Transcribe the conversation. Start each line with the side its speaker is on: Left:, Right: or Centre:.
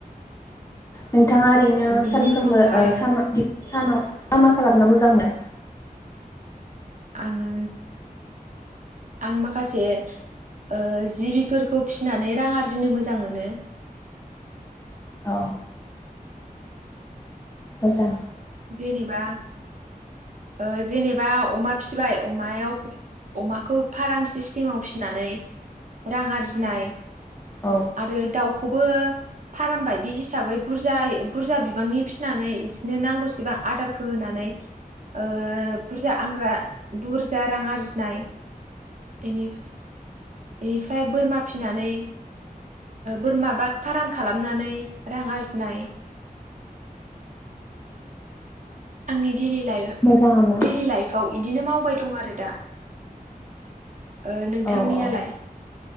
Left: नों बिथाङा ओरैनो
Right: बेनि
Left: सानफ्रोमबो
Right: उनावहाय
Left: ओ सा सानाव मा मा खालामना मोजां मोनो?
Right: आङो, आं माखासे ओ जिबिफोरखौ फिनानै रां आरजिनो मोजां मोनो।
Left: औ मोजां।
Right: जेनेबा ओ जेनेबा अमा फिबाय अमायाव अमाखौ फाराम सिस्टिमाव फिनानै रां आरजिनाय,
Left: औ
Right: आरो दाउ खौबो फाराम बायदि हिसाबै बुरजायै बुरजा बिबांनि फिसिनानै इसिनो नांगौसेबां आदारखौ होनानै ओ बुरजा आंग्रा बुरजा रां आरजिनाय बेनि-बेनिफ्राय बोरमा फिनानै बोरमा बा फाराम खालामनानै रां आरजिनाय। आंनि दैलि लाइ
Left: मोजाङानो
Right: दैलि लाइफआव बिदिनो मावबाय दं आरो दा ओ नोंथांनियालाय,
Left: औ औ